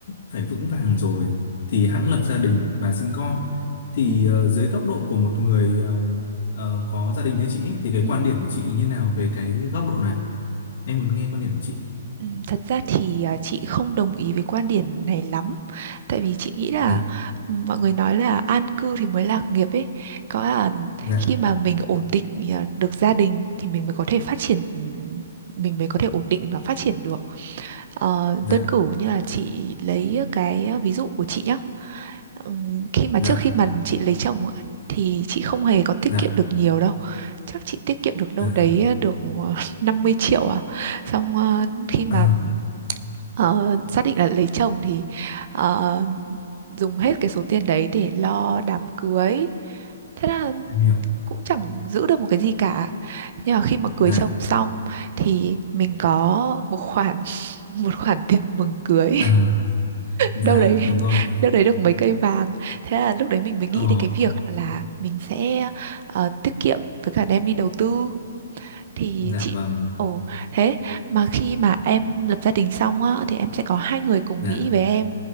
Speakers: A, on the left; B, on the right.
A: phải vững vàng rồi thì hẵng lập gia đình và sinh con thì
B: ừ
A: ờ, dưới góc độ của một người ờ, ờ, có gia đình như chị ấy, thì cái
B: ừ
A: quan điểm của chị như nào về cái góc độ này em muốn nghe quan điểm của chị
B: ừ, thật ra thì ờ, chị không đồng ý với quan điểm này lắm tại vì chị nghĩ là
A: dạ
B: ừ, mọi người nói là an cư thì mới lạc nghiệp ấy có là
A: dạ
B: khi mà mình ổn định ờ, được gia đình thì mình mới có thể phát triển mình mới có thể ổn định và phát triển được Ờ,
A: dạ
B: đơn cử như là chị lấy cái ờ, ví dụ của chị nhá. Ừm, Khi mà
A: dạ
B: trước khi mà chị lấy chồng ấy, thì chị không hề có tiết
A: dạ
B: kiệm được nhiều đâu. Chắc chị tiết kiệm được đâu
A: à,
B: đấy ờ, được ờ, <laughs> 50 triệu à. Xong ờ, khi mà
A: à,
B: ờ, xác định là lấy chồng thì ờ, dùng hết cái số tiền đấy để lo đám cưới. Thế là
A: em hiểu
B: cũng chẳng giữ được một cái gì cả. Nhưng mà khi mà cưới
A: dạ
B: chồng xong thì mình có một khoản <laughs> một khoản tiền mừng cưới
A: à, dạ
B: đâu đấy
A: đúng rồi
B: <laughs> đâu đấy được mấy cây vàng thế là lúc đấy mình mới nghĩ
A: ồ
B: đến cái việc là mình sẽ ờ, tiết kiệm với cả đem đi đầu tư thì
A: dạ
B: chị
A: vâng
B: ồ thế mà khi mà em lập gia đình xong á thì em sẽ có hai người cùng
A: dạ
B: nghĩ với em